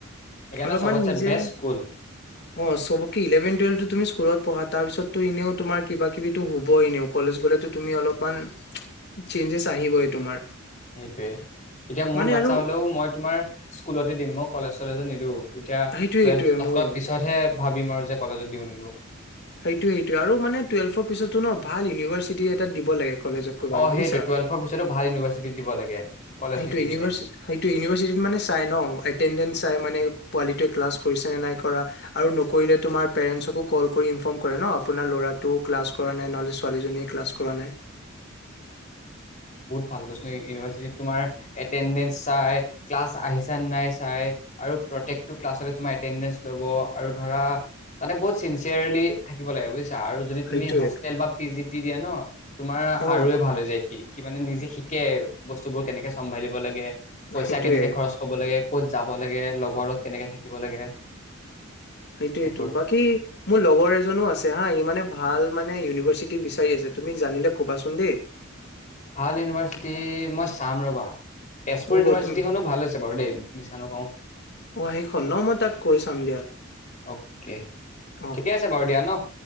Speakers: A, on the left (about 35°); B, on the left (about 55°).
A: সেইকাৰণে
B: অলপমান
A: চবতছে
B: নিজে,
A: বেষ্ট স্কুল
B: অ চবকে ইলেভেন টুৱেলভ তুমি স্কুলত পঢ়া তাৰপিছত। তো এনেও তোমাৰ। কিবা কিবি হ'বই এনেওঁ। কলেজ গ'লেতো তুমি অলপমান, চেঞ্জেছ আহিবই তোমাৰ।
A: সেইটোয়ে এতিয়া মোৰ
B: মানে
A: বাচ্ছা
B: আৰু
A: হলেও মই তোমাৰ। স্কুলতে দিম মই কলেজ চলেজো নিদু। এতিয়া
B: সেইটোয়ে
A: টুৱেলভ
B: সেইটোয়ে
A: পাছ
B: মও
A: কৰাৰ পিছতহে। ভাবিম আৰু যে কলেজত দিওঁ নিদওঁ।
B: সেইটোয়ে সেইটোয়ে আৰু মানে টুৱেল্ভৰ পিছতো ন ভাল ইউনিভাৰ্চিটি। এটাত দিব লাগে কলেজতকৈ ভাল
A: অঁ
B: বুজিছা
A: সেইটো টুৱেল্ফৰ পিছতো ভাল ইউনিভাৰ্চিটি দিব লাগে। কলেজ
B: সেইটোৱেই,
A: নিদি কিনে।
B: সেইটোৱেই ইউনিভাৰচিটিৰ ত মানে চাঁই নহ ছোৱালীটোৱে ক্লাছ কৰিছে নে নাই কৰা আৰু নকৰিলে তোমাৰ পেৰেণ্টছকো কল কৰি ইনফৰ্ম কৰে ন আপোনাৰ ল'ৰাটো ক্লাছ কৰা নাই নহ'লে ছোৱালীজনীয়ে ক্লাছ কৰা নাই।
A: ভালকৃষ্ণ ইউনিভাৰ্চিটিত তোমাৰ। এটেণ্ডেন্ঞ্চ চাই। ক্লাছ আহিছে নাই চাই, আৰু প্ৰতেকটো ক্লাছতে তোমাৰ এটেনডেঞ্চ লব আৰু ধৰা তাতে বহুত চিনচিয়াৰলি থাকিব লাগে বুজ। আৰু যদি তুমি
B: সেইটোয়ে
A: হোষ্টেল বা পি জি। দি দিয়া ন তোমাৰ
B: অ
A: আৰুে ভাল হৈ যায় সি। সি মানে নিজে শিকে বস্তুবোৰ কেনেকে চম্ভালিব লাগে। পইচা
B: সেইটোয়ে
A: কেনেকে খৰচ কব লাগে। ক'ত যাব লাগে লগৰ লগত কেনেকে থাকিব লাগে।
B: সেইটোয়তটো
A: সেইবোৰ
B: বাকী, মোৰ লগৰ এজনো আছে হা ই মানে। ভাল মানে ইউনিভাৰ্চিটি বিচাৰি আছে তুমি জানিলে। কবাছোন দেই।
A: ভাল ইউনিভাৰছিটি মই চাম ৰবা। তেজপুৰ
B: হ'ব
A: ইউনিভাৰ্চিটিখনো
B: তুমি
A: ভাল আছে বাৰু দেই মিছা নকওঁ।
B: অ সেইখন ন মই তাক কৈ চাম দিয়া
A: অ'কে
B: অ
A: ঠিকে আছে বাৰু দিয়া ন